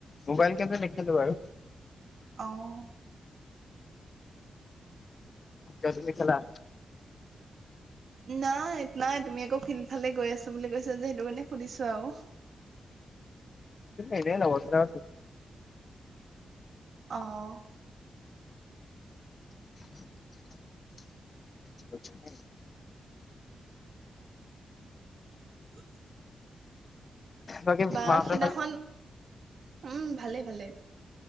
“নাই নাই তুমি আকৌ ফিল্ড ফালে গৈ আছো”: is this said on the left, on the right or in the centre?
Right